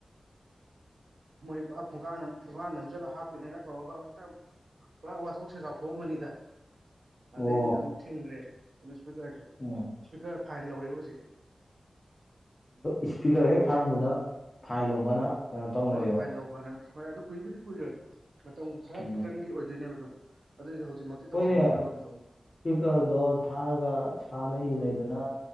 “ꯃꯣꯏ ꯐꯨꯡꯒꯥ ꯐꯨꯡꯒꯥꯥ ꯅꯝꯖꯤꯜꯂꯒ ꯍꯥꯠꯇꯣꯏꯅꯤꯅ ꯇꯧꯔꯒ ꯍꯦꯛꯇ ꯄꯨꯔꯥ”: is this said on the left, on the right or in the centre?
Right